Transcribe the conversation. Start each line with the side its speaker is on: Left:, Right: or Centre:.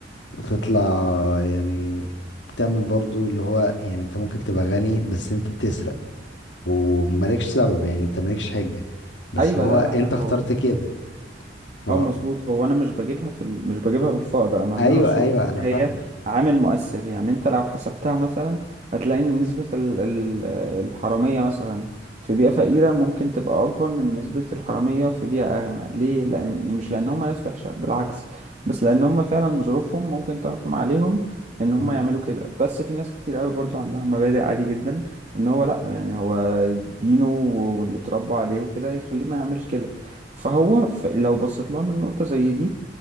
Left: وتطلع يعني بتعمل برضو اللي هو يعني انت ممكن تبقى غني بس انت بتسرق ومالكش سبب يعني انت مالكش حجة بس
Right: ايوه
Left: هو
Right: لا
Left: انت
Right: لا هو
Left: اخترت كده ف
Right: اه مظبوط هو انا مش بجيبها في ال... مش بجيبها في الفقر انا اللي
Left: ايوه
Right: انا اقصده
Left: ايوه انا
Right: إن
Left: فاهم
Right: هي عامل مؤثر يعني انت لو حسبتها مثلا هتلاقي ان نسبة ال... ال- الحرامية مثلا في بيئة فقيرة ممكن تبقى اكبر من نسبة الحرامية في بيئة اغنى ليه لان مش لان هم ناس وحشة بالعكس بس لان هم فعلا ظروفهم ممكن تحكم عليهم ان هم
Left: إن-
Right: يعملوا كده بس في ناس كتير قوي برضو عندها مبادئ عادي جدا ان هو لا يعني هو دينه واللي اتربى عليه وكده يخليه ما يعملش كده فهو ف- لو بصيت لها من نقطة زي دي